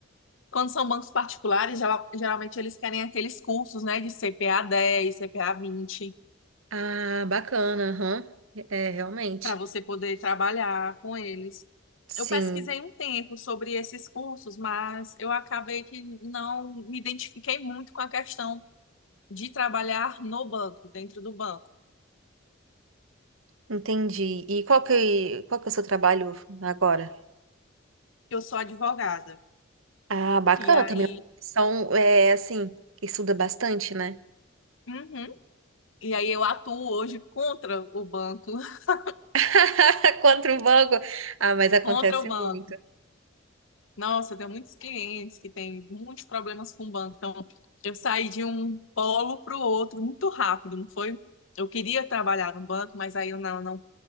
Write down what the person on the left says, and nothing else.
quando são bancos particulares, geral- geralmente eles querem aqueles cursos, né, de CPA 10, CPA 20.
para você poder trabalhar com eles.
Eu pesquisei um tempo sobre esses cursos, mas eu acabei que não me identifiquei muito com a questão de trabalhar no banco, dentro do banco.
Eu sou advogada.
E aí,
Uhum. E aí eu atuo hoje contra o banco, <laughs>
contra o banco.
Nossa, eu tenho muitos clientes que têm muitos problemas com o banco. Então, eu saí de um polo para o outro muito rápido, não foi? Eu queria trabalhar no banco, mas aí eu não, não